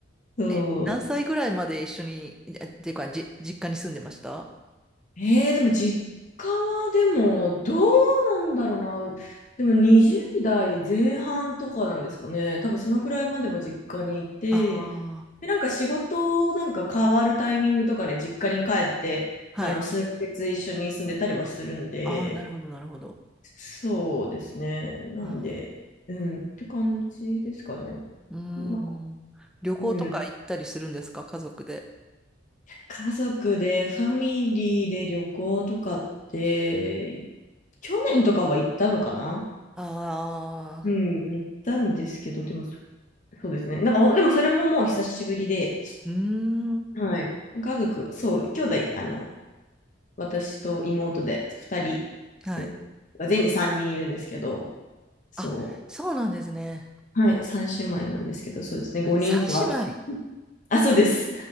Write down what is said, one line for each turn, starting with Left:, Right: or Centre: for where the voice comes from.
Left: そう
Centre: え、何歳ぐらいまで一緒に、あっていうか、じ、実家に住んでましたあ
Left: えー、でも実家はでもどうなんだろうな。でも20代前半とかなんですかね。多分そのくらいまでは実家にいて、
Centre: あ
Left: で、なんか仕事なんか変わるタイミングとかで実家に帰って、
Centre: ー、
Left: あの、
Centre: はい。
Left: 数ヶ月一緒に住んでたりはするんで、
Centre: ああ、なるほど、なるほど。
Left: そうですね。なんで、
Centre: あ
Left: うん、って感じですかね。
Centre: ーうーん。
Left: まあ、
Centre: 旅行とか行ったりするんですか家族で。
Left: うん。家族で、ファミリーで旅行とかって、去年とかは行ったのかな
Centre: ああ、
Left: うん、行ったんですけど、でもそ、そうですね。なんか、ほでもそれももう久しぶりで、
Centre: うーん。
Left: はい。家族、そう、兄弟、あの、私と妹で2人、
Centre: はい。
Left: うん全員で3人いるんですけど、そ
Centre: あ、そうなんですね。
Left: う、はい、3姉妹なんですけど、そうですね、5人とあ、
Centre: 三姉妹。
Left: <laughs> あ、そうです。